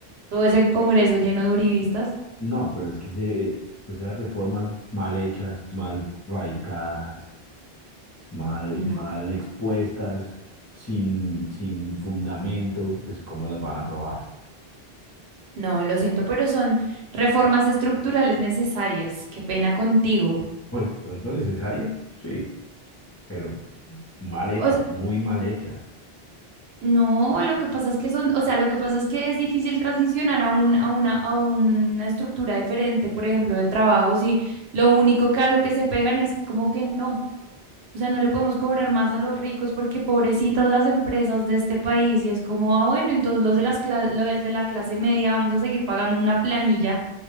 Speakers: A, on the right (about 80°); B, on the left (about 25°).
A: Todo ese congreso lleno de uribistas.
B: No, pero es que ese- pues esas reformas mal hechas, mal radicadas, mal,
A: No,
B: mal expuestas, sin, sin fundamento, pues ¿cómo las van a aprobar?
A: no, lo siento, pero son reformas estructurales necesarias. Qué pena contigo.
B: Pues de pronto necesarias, sí, pero mal hechas,
A: O s-
B: muy mal hechas.
A: no, lo que pasa es que son, o sea, lo que pasa es que es difícil transicionar a un, a una, a una estructura diferente, por ejemplo, de trabajo, si lo único que a lo que se pegan es como que no. O sea, no le podemos cobrar más a los ricos porque pobrecitas las empresas de este país y es como, ah, bueno, entonces los de las cla- los de la clase media vamos a seguir pagando una planilla